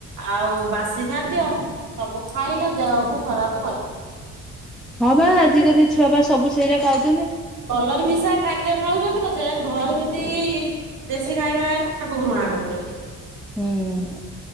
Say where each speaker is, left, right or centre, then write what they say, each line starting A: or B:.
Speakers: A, on the right; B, in the centre.
A: ଆଉ ବାସି ଖାଦ୍ୟ ସବୁ ଖାଇଲ ଦେହକୁ ଖରାପ କଲେ।
B: ହଁ ବା ଆଜିକାଲି ଛୁଆ ବା ସବୁ ସେଇରା ଖାଉ
A: କଲର ମିଶା ଖା ଦ୍ୟ ଖାଉଛନ୍ତି ପଛେ ଘରେ ଯଦି ଦେଶୀ ଖାଇବା ହେଲା ତାକୁ ଘୃଣା କରୁଛନ୍ତି।
B: ହୁଁ।